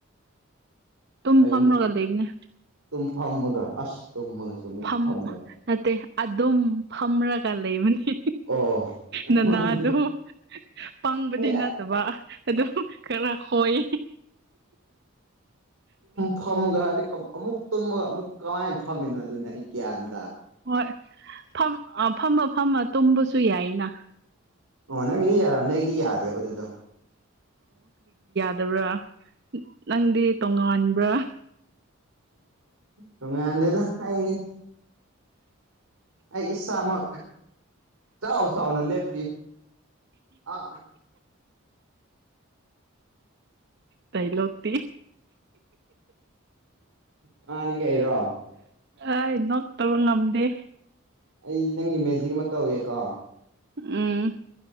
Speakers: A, on the right; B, on the right.
A: ꯇꯨꯝ
B: ꯐꯩꯅꯦ
A: ꯐꯝꯔꯒ
B: ꯑꯗꯨꯗꯤ
A: ꯂꯩꯕꯅꯦ
B: ꯇꯨꯝ ꯐꯝꯃꯒ ꯑꯁ ꯇꯨꯝꯃꯒꯁꯨ ꯑꯃꯨꯛ
A: ꯐꯝ
B: ꯐꯝꯕ
A: ꯅꯠꯇꯦ ꯑꯗꯨꯝ ꯐꯝꯔꯒ ꯂꯩꯕꯅꯤ
B: ꯑꯣ ꯑꯩꯉꯣꯟꯗꯗꯤ
A: ꯅꯅꯥ ꯑꯗꯨꯣ ꯄꯪꯕꯗꯤ
B: ꯑꯩ
A: ꯅꯠꯇꯕ ꯑꯗꯨꯝ ꯈꯔ ꯍꯣꯏ
B: ꯐꯝꯃꯒ ꯍꯥꯏꯕꯗꯤ ꯑꯃꯨꯛ ꯇꯨꯝꯃꯒ ꯑꯃꯨꯛ ꯀꯃꯥꯏꯅ ꯐꯝꯃꯤꯅꯣ ꯑꯗꯨꯅꯤ ꯑꯩ ꯒ꯭ꯌꯥꯟꯅꯤ
A: ꯍꯣꯏ ꯐꯝꯃ ꯐꯝꯃ ꯇꯨꯝꯕꯁꯨ ꯌꯥꯏꯅ
B: ꯑꯣ ꯅꯪꯒꯤꯗꯤ ꯌꯥꯔꯝꯅꯤ ꯑꯩꯗꯤ ꯌꯥꯗꯦꯕ ꯑꯗꯨꯗꯣ
A: ꯌꯥꯕ꯭ꯔꯥ ꯅꯪꯗꯤ ꯇꯣꯉꯥꯟꯕ꯭ꯔꯥ
B: ꯇꯉꯗꯗ ꯍꯥꯏꯏꯉ ꯑꯩ ꯏꯁꯥꯃꯛ ꯆꯥꯎꯎ ꯆꯥꯎꯥꯎꯅ ꯂꯦꯞꯄꯤ ꯑꯥ
A: ꯇꯩ ꯂꯣꯇ
B: ꯃꯥꯅꯤ ꯀꯩꯔꯣ
A: ꯑꯩ ꯅꯣꯛꯇꯕ ꯉꯝꯗꯦ
B: ꯑꯩ ꯅꯪꯒꯤ ꯃꯦꯖꯤꯛ ꯑꯃ ꯇꯧꯒꯦꯀꯣ
A: ꯎꯝ